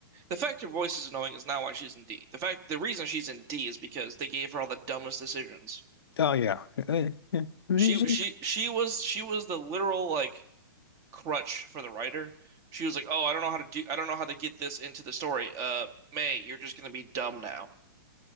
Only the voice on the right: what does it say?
The fact her voice is annoying is not why she's in D. The fact the reason she's in D is because they gave her all the dumbest decisions.
She she she was she was the literal like crutch for the writer. She was like, "Oh, I don't know how to do I don't know how to get this into the story. Uh, May, you're just gonna be dumb now."